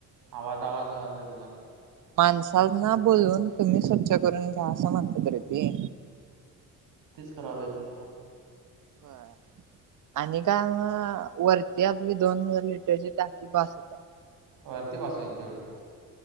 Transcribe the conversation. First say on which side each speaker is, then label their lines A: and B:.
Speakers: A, on the right; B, on the right.
A: आवाज आवाज झालाय तुझा
B: माणसाल ना बोलून तुम्ही स्वच्छ करून घ्या असं म्हणता त य ते
A: करावे तमला
B: ह आणि का वरती आपली दोन हजार लिटरची टाकी भास होत आहे
A: वरती बस होईल तेवढी